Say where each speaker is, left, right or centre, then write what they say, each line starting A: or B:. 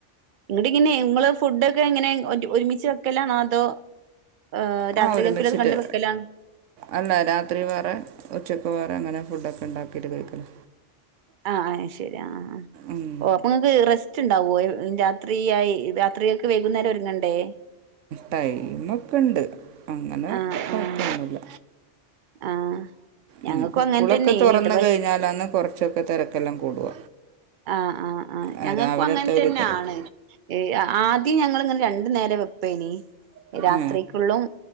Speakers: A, on the right; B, on the right.
A: ഇത്ങ്ങനെ ഇങ്ങള് ഫുഡൊക്കെ എങ്ങനെ ഒരുമിച്ച് വെക്കലാണോ അതോ ഏഹ് രാത്രികക്ക്
B: ആ ഒരുമിച്ചിട്ട്
A: ഇല്ലത്കണ്ട് വെക്കലാ
B: അല്ല രാത്രി വേറെ ഉച്ചക്ക് വേറെ അങ്ങനെ ഫുഡെക്കെ ഇണ്ടാക്കിട്ട് കഴിക്കല്
A: ആഹ് അത് ശെരി ആഹ് ആ ആ
B: ഉം
A: ഓ അപ്പോ ഇങ്ങക്ക് റെസ്റ്റ്ണ്ടാവോ രാത്രിയായി രാത്രിയെക്ക് വൈകുന്നേരം ഒരുങ്ങണ്ടേ
B: ടൈമൊക്കെ ഉണ്ട് അങ്ങനെ
A: ആഹ്
B: കൊഴപ്പൊന്നുല്ല
A: ആഹ് ആഹ് ഞങ്ങക്കും
B: ഇനി ഇപ്പോ
A: അങ്ങൻ
B: സ്കൂളൊക്കെ
A: തന്നേനിട്ടോ
B: തുറന്നു
A: പ
B: കഴിഞ്ഞാൽ കയിഞ്ഞാലാണ് കുറച്ചൊക്കെ തിരക്കെല്ലാം കൂടുക
A: ആഹ് ആഹ് ആഹ്
B: ആ,
A: ഞങ്ങൾക്കും
B: രാവിലത്തെ
A: അങ്ങനെ തന്നെയാണ്
B: ഒരു തിരക്ക്
A: ഈ ആ ആദ്യം ഞങ്ങളിങ്ങനെ രണ്ടു നേരം വെപ്പേനി രാത്രിക്കുള്ളും
B: ആ